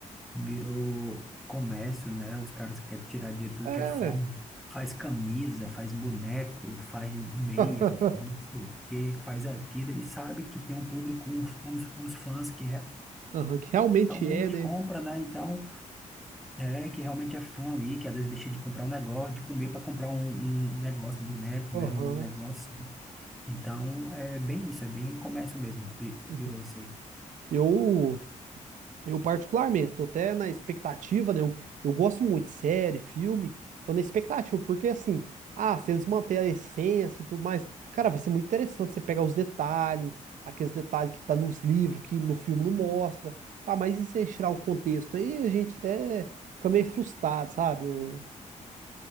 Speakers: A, in the centre; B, on the right.
A: virou comércio, né? Os caras querem tirar dinheiro de
B: É.
A: tudo que é forma. Faz camisa, faz boneco, faz meia,
B: <laughs>
A: faz não sei o quê, faz aquilo e sabe que tem um público, uns, uns, uns fãs que re-
B: Aham, que realmente
A: realmente
B: é, né?
A: compra, né? Então, é que realmente é fã ali, que às vezes deixa de comprar um negócio, de comer para comprar um, um um negócio, um boneco,
B: Aham.
A: né? Um negócio. Então, é bem isso, é bem comércio mesmo, vi-
B: Uhum.
A: virou isso aí.
B: Eu, eu particularmente, tô até na expectativa, né? Eu, eu gosto muito de série, filme, tô na expectativa, porque assim, ah, se eles manterem a essência e tudo mais, cara, vai ser muito interessante você pegar os detalhes, aqueles detalhes que tá nos livros, que no filme não mostra, tá? Mas e se eles tirar o contexto? Aí a gente até fica meio frustrado, sabe? O,